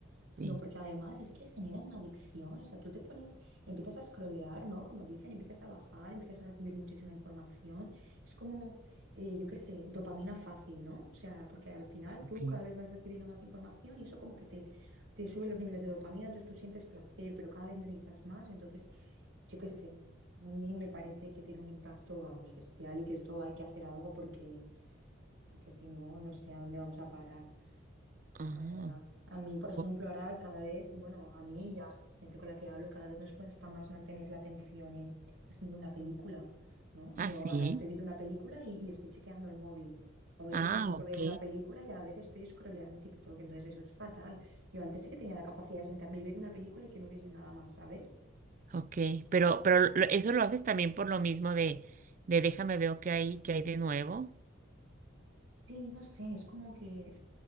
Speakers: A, on the right; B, on the right.
A: sino
B: Sí.
A: porque además es que genera una adicción, o sea, tú te pones, empiezas a scrollear, ¿no? Como dicen, empiezas a bajar, empiezas a recibir muchísima información, es como, eh, yo qué sé, dopamina fácil, ¿no? O sea, porque al final tú
B: ok.
A: cada vez vas recibiendo más información y eso como que te, te sube los niveles de dopamina, entonces tú sientes placer, pero cada vez necesitas más, entonces yo qué sé, a mí me parece que tiene un impacto, vamos, bestial y que esto hay que hacer algo porque, porque si no, no sé a dónde vamos a parar,
B: Ah,
A: la verdad. A mí, por ejemplo,
B: o-
A: ahora cada vez, bueno, a mí y a gente con la que hablo, cada vez nos cuesta más mantener la atención en, por ejemplo, una película, ¿no? Yo
B: ah, sí.
A: ahora estoy viendo una película y, y estoy chequeando el móvil. O a veces
B: Ah,
A: incluso
B: ok.
A: veo una película y a la vez estoy scrolleando TikTok, entonces eso es fatal. Yo antes sí que tenía la capacidad de sentarme y ver una película y que no hubiese nada más, ¿sabes?
B: Ok, pero, pero lo- eso lo haces también por lo mismo de, de déjame veo qué hay, qué hay de nuevo.
A: Sí, no sé, es como que